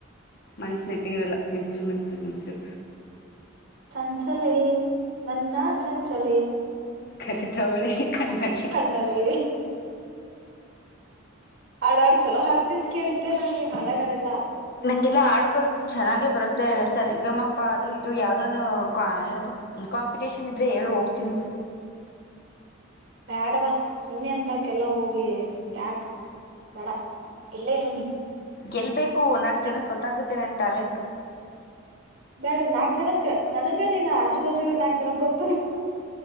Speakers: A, on the left (about 50°); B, on the right (about 70°).
A: ಮನಸ್ಸು ನಟ್ಟಿಗಿರಲ್ಲ ಚಂಚಲ ಮಂಚಲ್ ಮನಸ್ಸು
B: ಚಂಚಲೆ ನನ್ನ ಚಂಚಲೆ
A: ಕರಿತಾವಳೆ ಕಣ್ಣಲ್ಲಿ
B: ಕಣ್ಣಲ್ಲಿ ಹಾಡಾಡ್ತ ಚಲೋ ಹಾಡ್ತಿ ಅಂತ ಕೇಳಿದ್ದೆ ನಾನ್ ಈ ಹಾಡಗಳೆಲ್ಲಾ
A: ನಂಗೆಲ್ಲ ಹಾಡುಗಳು ಚೆನ್ನಾಗೆ ಬರುತ್ತೆ ಸ ರಿ ಗ ಮಾ ಪಾ ಅದು ಇದು ಯಾವ್ದಂದು ಏನದು ಕಾಂಪಿಟೇಷನ್ ಇದ್ರೆ ಹೇಳು ಹೋಗ್ತೀನಿ
B: ಬ್ಯಾಡವಾ ಸುಮ್ನೆ ಅಂತಕ್ಕೆಲ್ಲ ಹೋಗಿ ಯಾಕ್ ಬೇಡ ಎಲ್ಲೇಇರುನಿ
A: ಗೆಲ್ಲಬೇಕು ನಾಲ್ಕು ಜನಕ್ಕೆ ಗೊತ್ತಾಗುತ್ತೆ ನನ್ನ ಟ್ಯಾಲೆಂಟು
B: ಬೇಡ ನಾಕ್ ಜನಕ್ ನನಗೆ ನೀನ್ ಆಜು ಬಾಜೂರು ನಾಕ್ ಜನಕ್ ಗೊತ್ತಾ